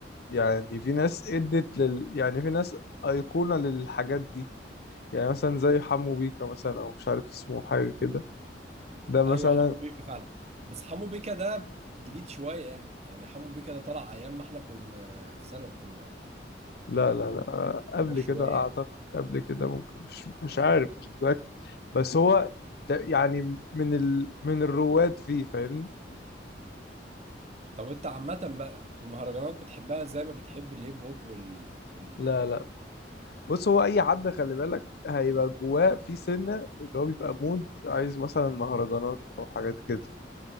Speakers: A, on the left (about 60°); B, on the right (about 35°).
A: يعني في ناس ادت لل يعني في ناس ايقونة للحاجات دي يعني مثلا زي حمو بيكا مثلا او مش عارف اسمه حاجة كده ده مثلا
B: ايوه حمو بيكا فعلا بس حمو بيكا ده جديد شويه يعني يعني حمو بيكا ده طلع ايام ما احنا كنا في ثانوي كنا يعني ممكن
A: لا
B: نبقى
A: لا لا
B: كبار
A: قبل
B: كبار شويه
A: كده اعتقد
B: يعني
A: قبل كده ممكن مش مش عارف مش متأكد بس هو ده يعني من ال من الرواد فيه فاهمني
B: طب انت عامة بقى المهرجانات بتحبها زي ما بتحب الهيب هوب وال... وال...
A: لا لا بص هو اي حد خلي بالك هيبقى جواه في سنه اللي هو بيبقى مود عايز مثلا مهرجانات او حاجات كده